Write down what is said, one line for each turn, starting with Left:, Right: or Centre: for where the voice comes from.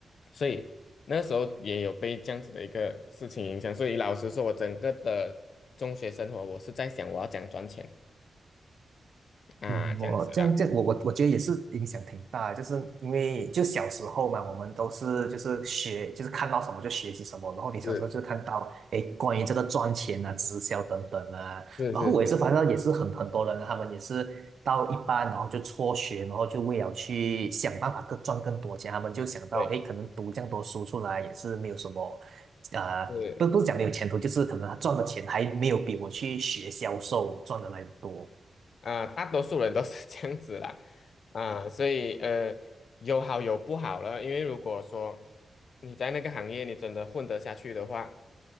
Left: 所以那时候也有被这样子的一个事情影响，所以老实说，我整个的中学生活，我是在想我要怎样赚钱啊，
Right: 嗯，
Left: 这样子嗯啦，
Right: 我这样这样，我我我觉得也是影响挺大的就是因为就小时候嘛，我们都是就是学，就是看到什么就学习什么，然后你小时候就看到，
Left: 是
Right: 哎，关于这个赚钱啊、直销等等啊，
Left: 是是是，
Right: 然后我也是发现到也是很很多人啊，他们也是到一半，然后就辍学，然后就为了去想办法更赚更多钱，他们就想到，
Left: 对，
Right: 哎，可能读这样多书出来也是没有什么，呃，
Left: 是
Right: 不不是讲没有前途，就是可能他赚的钱还没有比我去学销售赚的来的多。
Left: 啊、大多数人都是 <laughs> 这样子啦，啊、所以呃，有好有不好了。因为如果说你在那个行业你真的混得下去的话，